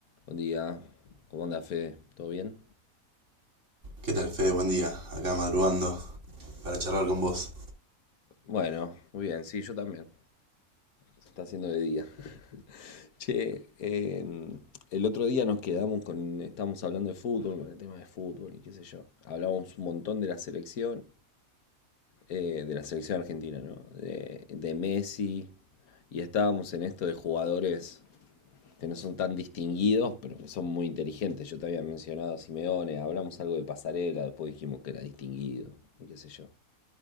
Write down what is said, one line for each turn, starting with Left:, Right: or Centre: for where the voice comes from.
Left: Buen día. ¿Cómo anda, Fede? ¿Todo bien?
Right: ¿Qué tal, Fede? Buen día. Acá madrugando para charlar con vos.
Left: Bueno, muy bien, sí, yo también. Se está haciendo de día. <laughs> Che, eh, el otro día nos quedamos con. Estábamos hablando de fútbol, con el tema de fútbol y qué sé yo. Hablábamos un montón de la selección, eh, de la selección argentina, ¿no? De, de Messi. Y estábamos en esto de jugadores que no son tan distinguidos, pero que son muy inteligentes. Yo te había mencionado a Simeone, hablamos algo de pasarela, después dijimos que era distinguido, y qué sé yo.